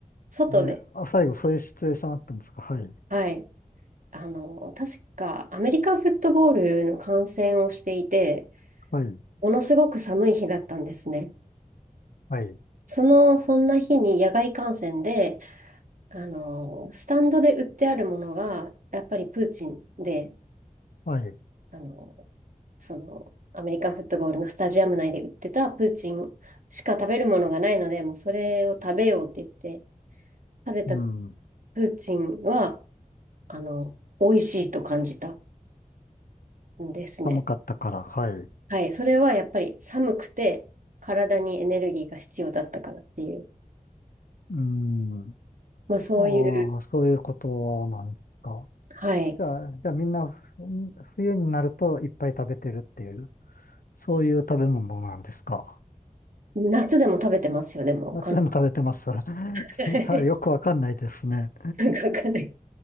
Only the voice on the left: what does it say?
ええあ、最後そういうシチュエーションあったんですか。はい、
はい、
はい、
はい。
うん、
寒かったから、はい。
うん、
ああ、そういうことなんですか。
じゃあ、じゃあみんなふ冬になるといっぱい食べてるっていう。そういう食べ物なんですか。
夏でも食べてます。<laughs>
じゃあよくわかんないですね。